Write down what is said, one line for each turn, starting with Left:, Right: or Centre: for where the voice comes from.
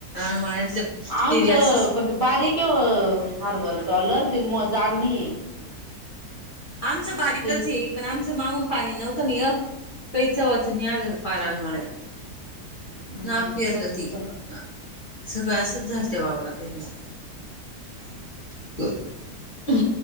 Left: <inaudible> माळ्यातलं
Right: आमचं
Left: ते बी आसच
Right: पण ती परीक हरभर डॉलर ती मोजाणी
Left: आमचं बारीकच
Right: ते
Left: हे पण आमचं मागून पाणी नव्हतं न येत ताइच वाचूनी नाय आलं पाराळ्या मळ्यात
Right: हम्म
Left: नाग पिरलं
Right: तसच
Left: ती
Right: झालं
Left: हा सगळं असच झालत त्या वावरात यंदा.
Right: <inaudible>
Left: <inaudible>